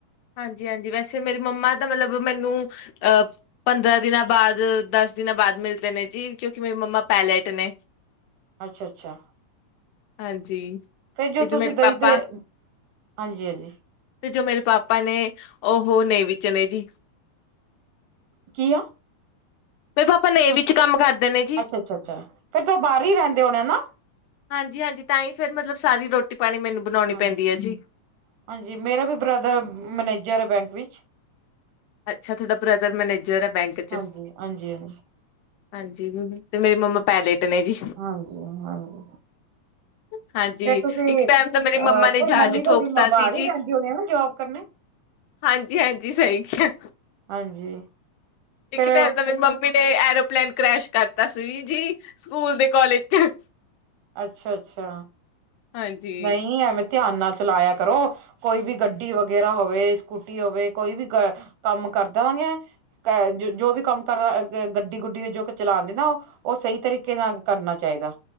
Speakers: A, on the left; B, on the right.
A: ਹਾਂਜੀ ਹਾਂਜੀ ਵੈਸੇ ਮੇਰੀ ਮੰਮਾ ਤਾਂ ਮਤਲਬ ਮੈਨੂੰ ਅ ਪੰਦਰਾਂ ਦਿਨਾਂ ਬਾਅਦ ਦਸ ਦਿਨਾਂ ਬਾਅਦ ਮਿਲਦੇ ਨੇ ਜੀ, ਕਿਉਂਕਿ ਮੇਰੀ ਮੰਮਾ ਪੈਲੇਟ ਨੇ।
B: ਅੱਛਾ ਅੱਛਾ
A: ਹਾਂਜੀ
B: ਫਿਰ ਜੋ
A: ਤੇ
B: ਤੁਸੀਂ
A: ਮੇਰੇ
B: ਦਈ
A: ਪਾਪਾ
B: ਦੇ ਹਾਂਜੀ -ਹਾਂਜੀ।
A: ਤੇ ਜੋ ਮੇਰੇ ਪਾਪਾ ਨੇ ਉਹ ਨੇਵੀ ਚ ਨੇ ਜੀ।
B: ਕੀ ਆ?
A: ਮੇਰੇ ਪਾਪਾ ਨੇਵੀ ਚ ਕੰਮ ਕਰਦੇ ਨੇ ਜੀ।
B: ਅੱਛਾ ਅੱਛਾ, ਅੱਛਾ ਫਿਰ ਤਾ ਉਹ ਬਾਹਰ ਹੀ ਰਹਿੰਦੇ ਹੋਣੇ ਨਾ।
A: ਹਾਂਜੀ, ਹਾਂਜੀ ਤਾਂ ਹੀ ਫੇਰ ਮਤਲਬ ਸਾਰੀ ਰੋਟੀ ਪਾਣੀ ਮੈਨੂੰ। ਬਣਾਉਣੀ
B: ਹਾਂਜੀ,
A: ਪੈਂਦੀ ਹੈ ਜੀ।
B: ਹਾਂਜੀ ਮੇਰਾ ਵੀ ਬ੍ਰਦਰ ਮੈਨੇਜਰ ਹੈ ਬੈਂਕ ਵਿਚ
A: ਅੱਛਾ, ਤੁਥਹਾਡਾ ਬ੍ਰਦਰ ਮੈਨੇਜਰ ਹੈ ਬੈਂਕ 'ਚ
B: ਹਾਂਜੀ ਹਾਂਜੀ ਹਾਂਜੀ
A: ਹਾਂਜੀ, ਤੇ ਮੇਰੀ ਮੰਮਾ ਪੈਲੇਟ ਨੇ ਜੀ
B: ਹਾਂਜੀ- ਹਾਂਜੀ
A: <inaudible> ਹਾਂਜੀ,
B: ਫੇਰ ਤੁਸੀਂ
A: ਇੱਕ
B: ਅਹ
A: ਟਾਈਮ ਤਾਂ ਮੇਰੀ ਮੰਮਾ ਨੇ
B: ਪਰ
A: ਜਹਾਜ਼
B: ਮੰਮੀ ਤੁਹਾਡੀ
A: ਠੋਕਤਾ
B: ਬਾਹਰ
A: ਸੀ
B: ਹੀ
A: ਜੀ
B: ਰਹਿੰਦੀ ਹੋਣੀ ਨਾ ਜੋਬ ਕਰਨੇ
A: ਹਾਂਜੀ- ਹਾਂਜੀ ਸਹੀ ਕਿਹਾ
B: ਹਾਂਜੀ
A: ਇੱਕ
B: ਫੇਰ
A: ਟਾਈਮ ਤਾਂ ਮੇਰੀ ਮੰਮੀ ਨੇ ਐਰੋਪਲੇਨ ਕਰੈਸ਼ ਕਰਤਾ ਸੀ ਜੀ, ਸਕੂਲ ਦੇ ਕੋਲਜ 'ਚ।
B: ਅੱਛਾ- ਅੱਛਾ
A: ਹਾਂਜੀ।
B: ਨਹੀਂ, ਐਵੇਂ ਧਿਆਨ ਨਾਲ ਚਲਾਇਆ ਕਰੋ ਕੋਈ ਵੀ ਗੱਡੀ ਵਗੈਰਾ ਹੋਵੇ, ਸਕੂਟੀ ਹੋਵੇ, ਕੋਈ ਵੀ ਕੰਮ ਕਰਦਾਂਗੇ ਕਹਿ, ਜੋ ਵੀ ਕੰਮ ਕਰਦਾ ਗੱਡੀ ਗੁੱਡੀ ਜੋ ਚਲਾਂਦੀ ਨਾ ਉਹ ਉਹ ਸਹੀ ਤਰੀਕੇ ਨਾਲ ਕਰਨਾ ਚਾਹੀਦਾ